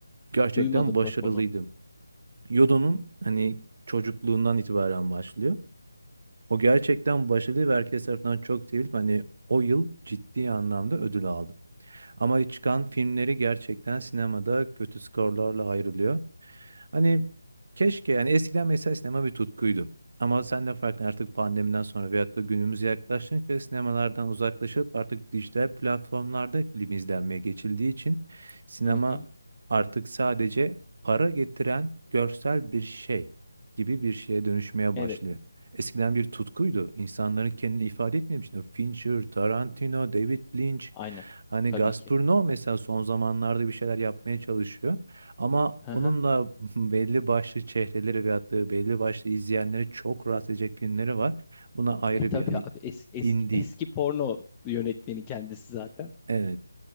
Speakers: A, on the right; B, on the left.
A: Gerçekten
B: Duymadım
A: başarılıydım.
B: bak onu.
A: Yodo'nun hani çocukluğundan itibaren başlıyor. O gerçekten başarılı ve herkes tarafından çok sevilip hani o yıl ciddi anlamda ödül aldı. Ama çıkan filmleri gerçekten sinemada kötü skorlarla ayrılıyor. Hani keşke yani eskiden mesela sinema bir tutkuydu. Ama sen de farklı artık pandemiden sonra veyahut da günümüze yaklaştıkça sinemalardan uzaklaşıp artık dijital platformlarda film izlenmeye geçildiği için sinema
B: Hı hı.
A: artık sadece para getiren görsel bir şey gibi bir şeye dönüşmeye başlıyor.
B: Evet.
A: Eskiden bir tutkuydu. İnsanların kendini ifade etmemişti. Fincher, Tarantino, David Lynch
B: Aynen.
A: Hani
B: Tabii
A: Gazprom
B: ki.
A: mesela son zamanlarda bir şeyler yapmaya çalışıyor. Ama
B: Hı
A: onun
B: hı.
A: da <laughs> belli başlı çehreleri veyahut da belli başlı izleyenleri çok rahatsız edecek filmleri var. Buna ayrı
B: E, tabii
A: bir hani
B: abi eski,
A: indie.
B: eski, eski porno yönetmeni kendisi zaten.
A: Evet.